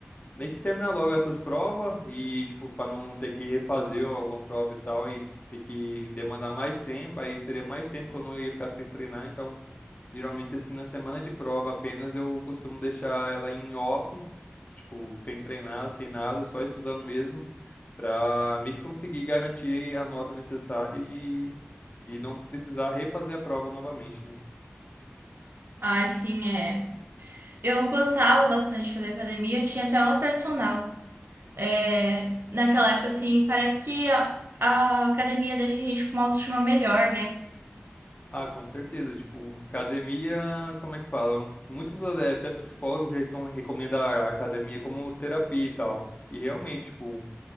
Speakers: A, on the left (about 40°); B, on the right (about 60°).
A: meio que terminar logo essas provas e, tipo, pra não ter que refazer alguma prova e tal e ter que demandar mais tempo, aí seria mais tempo que eu não ia ficar sem treinar, então. Geralmente, assim, na semana de prova apenas eu costumo deixar ela em off, tipo, sem treinar, sem nada, só estudando mesmo, pra meio que conseguir garantir a nota necessária e, e não precisar refazer a prova novamente, né?
B: Ah, sim, é. Eu gostava bastante de fazer academia, eu tinha até uma personal. É, naquela época, assim, parece que a, a academia deixa a gente com uma autoestima melhor, né?
A: Ah, com certeza. Tipo, academia, como é que fala? Muitos eh, até psicólogos recom recomendam a academia como terapia e tal. E realmente, tipo,